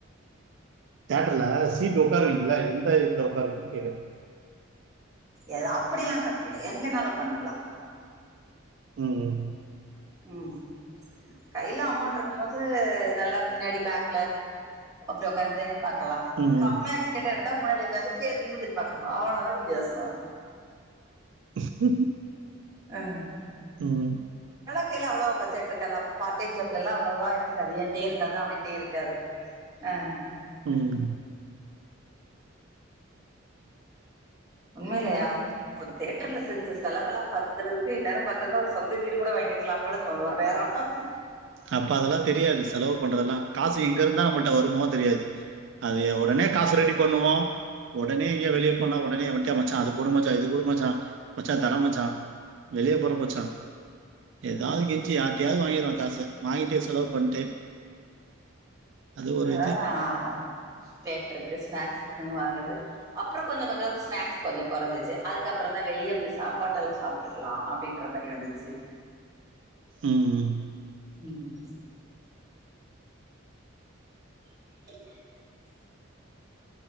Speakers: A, on the right; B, on the right.
A: தேட்டர்ல சீட் உட்காருவீங்கள எந்த இதுல உகாருவீங்கன்னு கேக்குறேன்
B: ஏதா அப்படிலாம் கணக் கு இல்ல எங்கனாலும் உட்காந்துகலாம்
A: உம் உம்
B: உம் கையில அமௌண்ட் இருக்கும் போது நல்லா பின்னாடி பேக்ல அப்டி உக்காந்து பாக்கலாம்
A: ம்.
B: கம்மியா டிக்கெட் எடு த்தா முன்னாடி உக்காந்து கீழ நிமிந்திட்டு பாக்கணும் அவ்வளோதான் வித்தியாசம்
A: <inaudible>
B: ஆஹ்
A: உம்
B: அப்பயெல்லாம் அவ்வளவா பட்ஜெட் இருக்காது அப்போ பார்ட் டைம்ஜாப்லல்லாம் அவ்வளோலாம் இரு க்காது என்டயே இருக்காது அவன்டயே இருக்காது ஆஹ்
A: உம்
B: உண்மைலயா அப்ப தேட்டர்ல செஞ்ச செலவுல்லாம் பாத்துறதுக்கு இந நேரம் பாத்துதுன்னா ஒரு சொந்த வீடு கூட வாங்கிருக்கலாம் போல தோணு ஒரு நேரம் குங்
A: அப்ப அதெல்லாம் தெரியாது செலவு பண்றதுெல்லாம் காசு எங்க இருந்தா நம்மிட்ட வருமோ தெரியாது அது உடனே காசு ரெடி பண்ணுவோம் <inaudible> ஒடனே எங்கயா வெளியே போனா ஒடனே மச்சான் அது போடுமச்சா இது போடுமமச்சான் மச்சா தரேன் மச்சான் வெளியே போற மச்சான் ஏதாவது
B: ம்
A: கெஞ்சி யாருட்டயாவது வாங்கிருவாங்க காச வாங்கிட்டு செலவு பண்ட்டு அது ஒரு
B: அதான்
A: இது.
B: தேட்டருக்கு ஸ்நாக்ஸுக்குன்னு வாங்குனது அப்புறம் கொஞ்சம் கொஞ்சம் ஸ்நாக்ஸ் கொஞ்சம் கொறைஞ்சிச்சு அதுக்கப்புறம் தான் வெளிய போய் சாப்பாடெல்லாம் சாப்பிட்டுக்கலாம் அப்படின்ற மாதிரி வந்துச்சு
A: உம் உம்
B: உம் <inaudible>